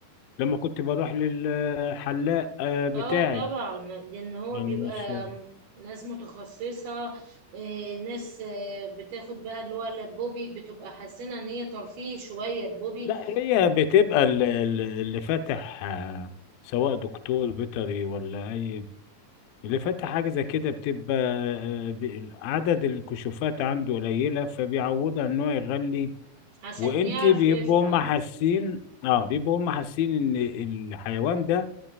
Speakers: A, on the left; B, on the right.
A: لما كنت بروح للحلاق آه، بتاعي
B: اه طبعا لان هو
A: يعني
B: بيبقى
A: مش
B: ناس متخصصة آه، ناس آه، بتاخد بقى اللي هو البوبي بتبقى حاسة ان هي ترفيه شوية البوبي
A: لا هي بتبقى ال- ال- اللي فاتح آه، سواء دكتور بيطري ولا اي اللي فاتح حاجة زي كده بتبقى آه، ب- عدد الكشوفات عنده قليلة فبيعوضها ان هو يغلي
B: عشان
A: وانتي
B: يعرف
A: بيبقوا
B: يفتح
A: هم حاسين اه بيبقوا هم حاسين ان الحيوان ده